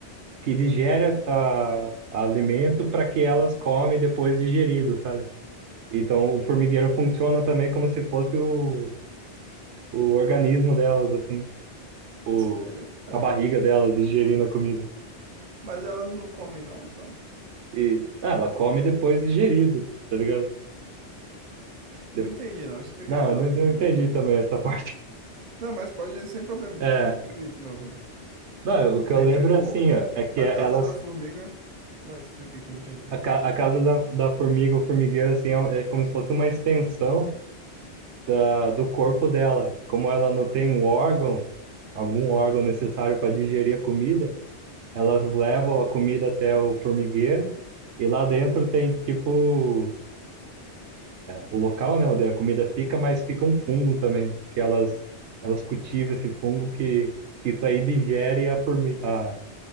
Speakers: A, on the right; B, on the right.
A: que digere a, a alimento para que elas comem depois digerido, sabe? Então o formigueiro funciona também como se fosse o, o organismo delas, assim, o,
B: Sério, cara?
A: a barriga delas digerindo a comida.
B: Mas elas não comem, não, então?
A: E ah, ela come depois digerido, tá ligado? De-
B: Não entendi, não. Explica
A: Não,
B: de novo
A: eu não, não
B: aí pra
A: entendi
B: mim, por favor.
A: também essa <laughs> parte.
B: Não, mas pode ir sem problema,
A: É,
B: pô. Explica aí de novo aí.
A: não, o que eu
B: É
A: lembro
B: tipo,
A: assim,
B: o...
A: ó, é que
B: a
A: elas
B: casa da formiga. Vai, explica aí que eu não entendi.
A: a, ca- a casa da, da formiga ou formigueiro assim é, é como se fosse uma extensão ah, do corpo dela. Como ela não tem um órgão algum órgão necessário para digerir a comida, elas levam a comida até o formigueiro e lá dentro tem tipo o local, né, onde a comida fica, mas fica um fungo também, que elas elas cultivam esse fungo que, que isso aí digere a formi a,